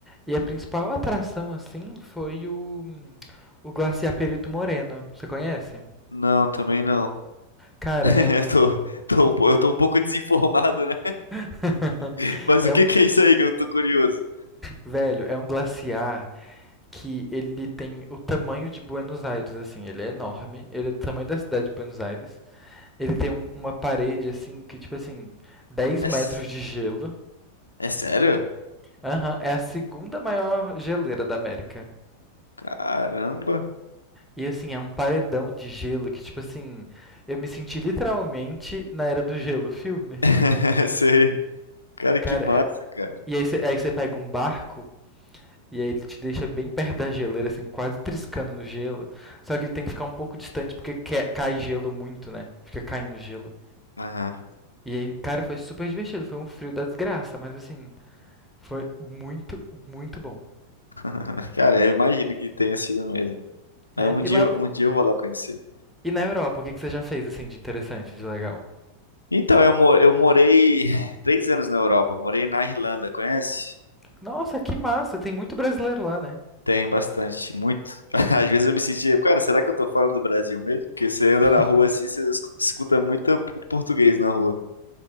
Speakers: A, in the centre; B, on the left.
A: E a principal atração, assim, foi o, o Glaciar Perito Moreno. Você conhece?
B: Não, também não.
A: Cara,
B: <laughs> Eu
A: é um,
B: tô, tô um po- eu tô um pouco desinformado, né?
A: <laughs>
B: <laughs> Mas
A: É
B: o que
A: um,
B: que é isso aí que eu tô curioso?
A: velho, é um glaciar que ele tem o tamanho de Buenos Aires, assim, ele é enorme, ele é do tamanho da cidade de Buenos Aires. Ele tem um- uma parede, assim, que, tipo assim, 10
B: É,
A: metros
B: s-
A: de gelo.
B: é sério?
A: Aham, é a segunda maior geleira da América.
B: Caramba.
A: E, assim, é um paredão de gelo que, tipo assim, eu me senti literalmente na Era do Gelo, filme.
B: <laughs> Sei. Cara, que
A: Cara,
B: massa,
A: é-
B: cara.
A: e aí você pega um barco E aí ele te deixa bem perto da geleira, assim, quase triscando no gelo. Só que ele tem que ficar um pouco distante porque cai gelo muito, né? Fica caindo gelo.
B: Aham.
A: E aí, cara, foi super divertido. Foi um frio da desgraça, mas assim, foi muito, muito bom.
B: <laughs> Cara, eu imagino que tenha sido mesmo. Mas
A: né?
B: um
A: E
B: dia,
A: lá
B: eu- um dia eu vou lá conhecer.
A: e na Europa, o que, que você já fez, assim, de interessante, de legal?
B: Então, eu, mo- eu morei <sighs> três anos na Europa, morei na Irlanda, conhece?
A: Nossa, que massa! Tem muito brasileiro lá, né?
B: Tem bastante, muito. <laughs> Às vezes eu me sentia, cara, será que eu tô fora do Brasil mesmo? Porque você anda
A: Aham.
B: na rua assim,
A: <laughs>
B: você escu- escuta muito po- português na rua.